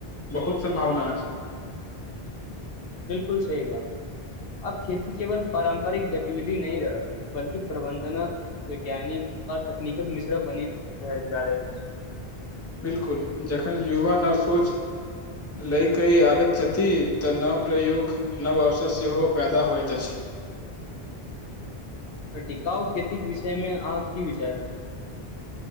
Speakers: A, on the left; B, on the left.
A: बहुत सम्भावना अछि।
B: बिलकुल सही बात। आब खेती केवल पारम्परिक गतिविधि नहि रहल, बल्कि प्रबंधनक वैज्ञानिक और तकनीकक मिश्रण बनी रहैत जा रहल अछि।
A: बिलकुल, जखन युवा नव सोच लय के ई आबैत छथि तऽ नव प्रयोग नव अवसर सेहो पैदा होइत अछि।
B: तऽ टिकाउ खेती के विषय मे अहाँक की विचार अछि?